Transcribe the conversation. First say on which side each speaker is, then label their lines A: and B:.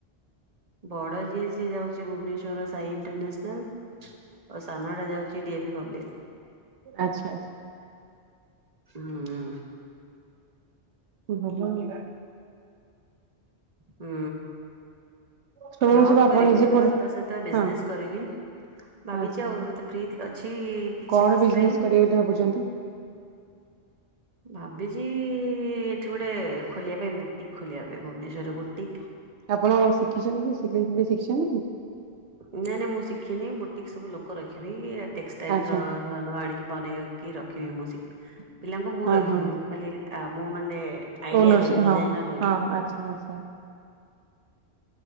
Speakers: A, on the right; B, on the right.
A: ବଡ ଯିଏ ସିଏ ଯାଉଛି ଭୁବନେଶ୍ଵର ସାଇଣ୍ଟରନ୍ୟାସନାଲ ସାନଡା ଯାଉଛି ଡି ଏ ଭି ପା ବ <inaudible>
B: ଆଛା ଆଛା।
A: ହୁଁ ହଁ।
B: ହୁ <inaudible>
A: ହୁଁ।
B: ଛୁଆଙ୍କୁ
A: ଜବ
B: ସବୁ ଆପଣ
A: କରିବି
B: ନିଜେ
A: ପ୍ଲ
B: ପଢ
A: ତା ସହିତ ବିଜନେସ
B: ହଁ
A: କରିବି ଭାବିଛି
B: ଆଚ୍ଛା
A: ଆଉ ଏବେ ତ ଫି ଅଛି କିଛି
B: କଣ
A: ମାସ
B: ବିଜନେସ
A: ପାଇଁ
B: କରିବେ ବୋଲି ଭାବୁଛନ୍ତି?
A: ଭାବିଛି ଏଠି ଗୋଟେ ଖୋଲିବା ପାଇଁ ବୁଟିକ ଖୋଲିବା ପାଇଁ ଭୁବନେଶ୍ଵର ବୁଟିକ
B: ଆପଣ ଶିଖିଛନ୍ତି କି ସେଇିଲେଇ ଶିଖିଛନ୍ତି କି?
A: ନାଇଁ ନାଇଁ ମୁଁ ଶିଖିନି ବୁଟିକି ସବୁ ଲୋକ ରଖିବି ଟେକ୍ସଟାଇଲ
B: ଆଚ୍ଛା
A: ର ନୂଆ ନୂଆ ଆଣିକି ବନେଇକି ରଖିବି ମୁଁ ଶ ପିଲାଙ୍କୁ ମୁଁ
B: ହଁ
A: ରଖିବି
B: ହଁ
A: ମୁଁ ଖାଲି ମୁଁ ମାନେ ଆଇଡିଆ
B: ଓନରସି
A: ଦେବି ଡିଜାଇନର
B: ହଁ ହଁ
A: ବି <inaudible>
B: ଆଚ୍ଛା ଆଚ୍ଛା